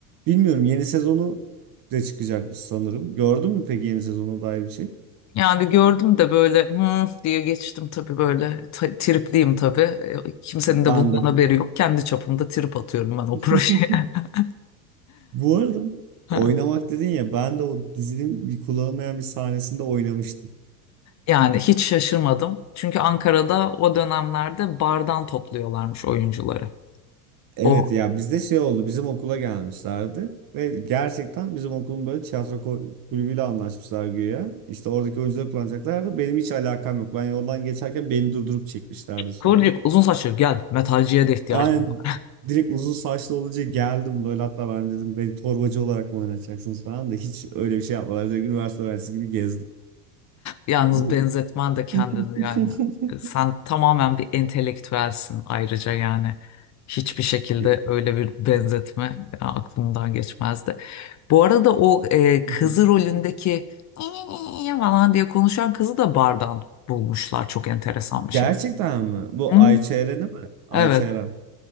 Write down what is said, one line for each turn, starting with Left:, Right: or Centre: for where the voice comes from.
Right: Bilmiyorum yeni sezonu de çıkacakmış sanırım. Gördün mü peki yeni sezona dair bir şey?
Left: Yani gördüm de böyle hmm diye geçtim tabii böyle Ta- tripliyim tabii. E, Kimsenin
Right: Ben
Left: de bundan
Right: de.
Left: haberi yok. Kendi çapımda trip atıyorum ben o
Right: <laughs>
Left: projeye. <laughs>
Right: Bu arada
Left: Ha.
Right: oynamak dedin ya ben de o dizinin bir kullanılmayan bir sahnesinde oynamıştım.
Left: Yani hiç şaşırmadım. Çünkü Ankara'da o dönemlerde bardan topluyorlarmış oyuncuları.
Right: Evet
Left: O
Right: ya bizde şey oldu bizim okula gelmişlerdi ve gerçekten bizim okulun böyle tiyatro ko- kulübüyle anlaşmışlar güya. İşte oradaki oyuncuları kullanacaklardı. Benim hiç alakam yok. Ben yoldan geçerken beni durdurup çekmişlerdi sonra.
Left: kıvırcık uzun saçlı gel metalciye de ihtiyacım
Right: Aynen
Left: var.
Right: direkt uzun saçlı olunca geldim böyle hatta ben dedim beni torbacı olarak mı oynatacaksınız falan da hiç öyle bir şey yapmadılar. Direkt üniversite öğrencisi gibi gezdim.
Left: Yalnız
Right: Bu...
Left: benzetmen de kendini
Right: <laughs>
Left: yani. e, Sen tamamen bir entelektüelsin ayrıca yani. Hiçbir şekilde
Right: Ya.
Left: öyle bir benzetme e, aklımdan geçmezdi. Bu arada o e, kızı
Right: <laughs>
Left: rolündeki "İyi" falan diye konuşan kızı da bardan bulmuşlar. Çok enteresan bir
Right: Gerçekten
Left: şey.
Right: mi? Bu
Left: Hı,
Right: Ayçeren'i mi? Ayçeren.
Left: evet.